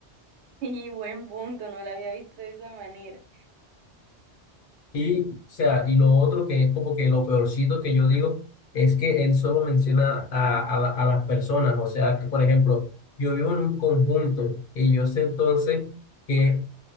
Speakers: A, on the right; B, on the left.
A: Sí, buen punto, no la había visto de esa manera.
B: Y, o sea, y lo otro que es como que lo peorcito que yo digo es que él solo menciona a, a, la- a las personas. O sea, que por ejemplo, yo vivo en un conjunto y yo sé entonces que